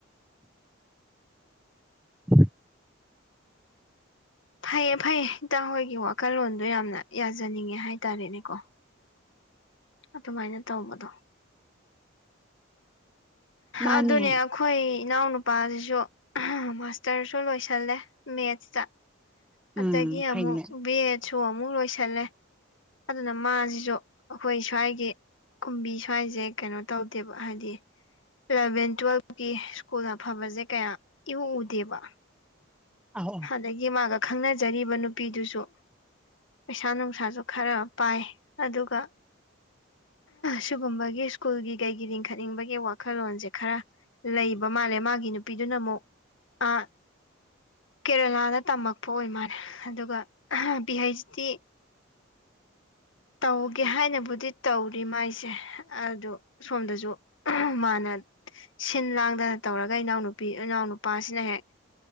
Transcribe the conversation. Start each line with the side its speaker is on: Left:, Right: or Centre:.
Centre: <unintelligible>
Left: ꯐꯩꯌꯦ ꯐꯩꯌꯦ ꯏꯟꯇꯥ ꯍꯣꯏꯒꯤ ꯋꯥꯈꯜꯂꯣꯟꯗꯣ ꯌꯥꯝꯅ ꯌꯥꯖꯅꯤꯡꯉꯦ ꯍꯥꯏꯇꯥꯔꯦꯅꯦꯀꯣ ꯑꯗꯨꯃꯥꯏꯅ ꯇꯧꯕꯗꯣ
Centre: ꯃꯥꯅꯦ
Left: ꯑꯗꯨꯅꯦ ꯑꯩꯈꯣꯏ ꯏꯅꯥꯎꯅꯨꯄꯥꯁꯤꯁꯨ ꯃꯥꯁꯇꯔꯁꯨ ꯂꯣꯏꯁꯜꯂꯦ ꯃꯦꯠꯁꯇ ꯑꯗꯒꯤ
Centre: ꯎꯝ ꯐꯩꯅꯦ
Left: ꯑꯃꯨꯛ ꯁꯨ ꯑꯃꯨꯛ ꯂꯣꯏꯁꯜꯂꯦ ꯑꯗꯨꯅ ꯃꯥꯁꯤꯁꯨ ꯑꯩꯈꯣꯏ ꯁ꯭ꯋꯥꯏꯒꯤ ꯀꯨꯝꯕꯤ ꯁ꯭ꯋꯥꯏꯁꯦ ꯀꯩꯅꯣ ꯇꯧꯗꯦꯕ ꯍꯥꯏꯗꯤ ꯏꯂꯚꯦꯟ ꯇꯨꯋꯦꯜꯐꯀꯤ ꯁ꯭ꯀꯨꯜꯅ ꯐꯕꯁꯦ ꯀꯌꯥ ꯏꯎꯎꯗꯦꯕ
Centre: ꯑꯧ ꯑꯧ
Left: ꯑꯗ ꯃꯥꯗ‌ꯣ ꯈꯪꯅꯖꯔꯤꯕ ꯅꯨꯄꯤ ꯅꯨꯄꯤꯗꯨꯁꯨ ꯄꯩꯁꯥ ꯅꯨꯡꯁꯥꯁꯨ ꯈꯔ ꯄꯥꯏ ꯑꯗꯨꯒ ꯁꯤꯨꯒꯨꯝꯕꯒꯤ ꯁ꯭ꯀꯨꯜꯒꯤ ꯀꯩꯒꯤ ꯂꯤꯡꯈꯠꯅꯤꯡꯕꯒꯤ ꯋꯥꯈꯜꯂꯣꯟꯁꯦ ꯈꯔ ꯂꯩꯕ ꯃꯥꯜꯂꯦ ꯃꯥꯒꯤ ꯅꯨꯄꯤꯗꯨꯅ ꯑꯃꯨꯛ ꯑ ꯀꯦꯔꯂꯥꯅ ꯇꯝꯃꯛꯄ ꯑꯣꯏ ꯃꯥꯜꯂꯦ ꯑꯗꯨꯒ ꯕꯤ ꯍꯩꯁꯇꯤ ꯇꯧꯒꯦ ꯍꯥꯏꯅꯕꯨꯗꯤ ꯇꯧꯔꯤ ꯃꯥꯏꯁꯦ ꯑꯗꯨ ꯁꯣꯝꯗꯁꯨ ꯃꯥꯅ ꯁꯤꯟ ꯂꯥꯡꯗꯅ ꯇꯧꯔꯒ ꯏꯅꯥꯎꯅꯨꯄꯤ ꯏꯅꯥꯎꯅꯄꯥꯁꯤꯅ ꯍꯦꯛ